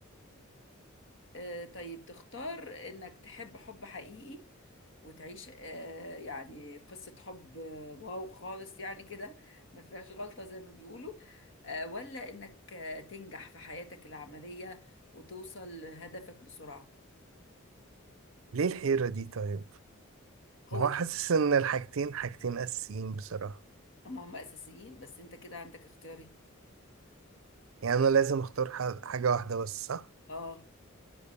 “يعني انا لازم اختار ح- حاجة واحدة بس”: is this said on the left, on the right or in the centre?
Right